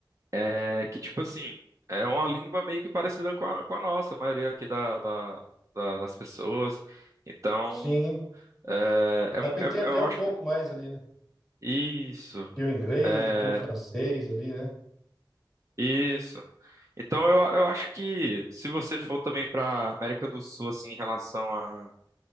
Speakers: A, on the right (about 40°); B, in the centre.
A: É que, tipo assim, é uma língua meio que parecida com a, com a nossa, a maioria aqui da, da- da- das pessoas. Então,
B: Sim,
A: é,
B: dá para
A: é-
B: entender
A: é- eu
B: um
A: acho.
B: pouco mais ali, né?
A: Isso,
B: Que o inglês,
A: é,
B: do que um francês ali, né?
A: isso. Então, eu, eu acho que se você for também para América do Sul, assim, em relação a